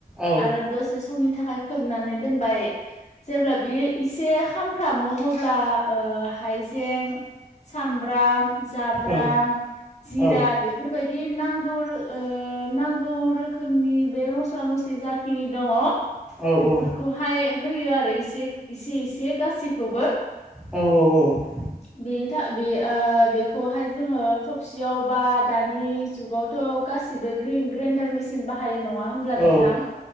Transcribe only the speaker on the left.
आरो दसे समनि थाखाय खोबनानै दोनबाय जेब्ला बे एसे खामफ्रामो अब्ला ओ हाइजें सामब्राम जाब्रां
जिरा
बेफोरबायदि नांगौ ओ नांगौ रोखोमनि बे मस्ला मस्लि जाखिनि दंङ
बेफोरखौ
हाय होयो आरो इसे इसे एसे गासैखौबो
बेनि था बे आ बेखौहाय जोंङो थबसियाव बा दानि जुगाव थ' गासिबो ग्रेडार मेसिन बाहायो नंङा होमब्ला नोंथां